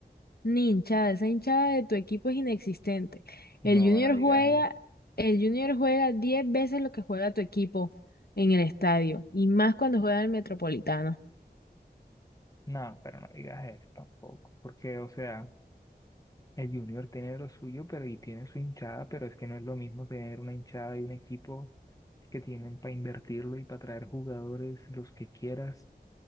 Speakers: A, on the left; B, on the left.
A: Ni hinchada, esa hinchada de tu equipo es inexistente.
B: No,
A: El Junior
B: no digas
A: juega,
B: eso.
A: el Junior juega 10 veces lo que juega tu equipo en el estadio, y más cuando juega el Metropolitano.
B: No, pero no digas eso tampoco. Porque, o sea, el Junior tiene lo suyo, pero y tiene su hinchada, pero es que no es lo mismo tener una hinchada y un equipo que tienen para invertirlo y para traer jugadores los que quieras